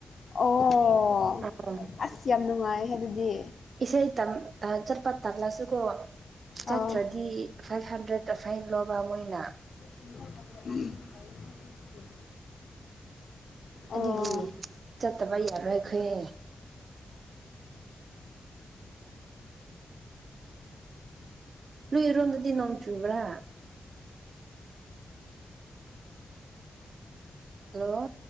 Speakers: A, on the left; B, on the right.
A: ꯑꯣ
B: ꯑꯥ
A: ꯑꯁ ꯌꯥꯝ ꯅꯨꯡꯉꯥꯏꯦ ꯑꯗꯨꯗꯤ
B: ꯏꯁꯩ ꯆꯠꯄ ꯇꯝꯂꯁꯨꯀꯣ ꯆꯠꯇ꯭ꯔꯗꯤ
A: ꯑꯥ
B: ꯐꯥꯏꯚ ꯍꯟꯗ꯭ꯔꯦꯠ ꯐꯥꯏ ꯂꯣꯕꯥꯕꯨꯣꯏꯅ
A: <inaudible> ꯑꯣ
B: ꯑꯗꯨꯒꯤ ꯆꯠꯇꯕ ꯌꯥꯔꯣꯏ ꯑꯩꯈꯣꯏꯍ ꯂꯨꯏꯔꯣꯗꯗꯤ ꯅꯅꯥꯧ ꯆꯕ꯭ꯔ ꯍꯜꯂꯣ